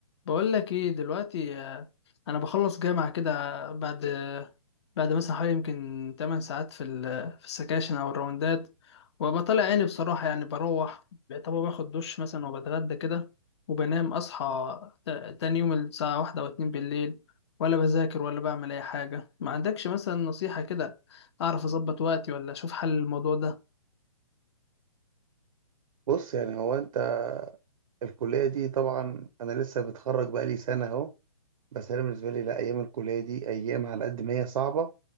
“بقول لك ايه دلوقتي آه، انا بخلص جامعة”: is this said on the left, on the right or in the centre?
Left